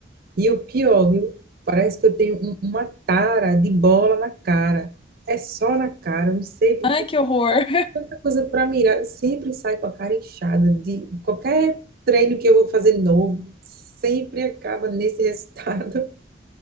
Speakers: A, on the right; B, on the left.
A: E o pior, viu? Parece que eu tenho um- uma tara de bola na cara. É só na cara, eu não sei
B: <laughs>
A: por
B: Ai, que horror!
A: tanta coisa para mirar. Sempre sai com a cara inchada de qualquer treino que eu vou fazer novo, sempre acaba nesse <laughs> resultado.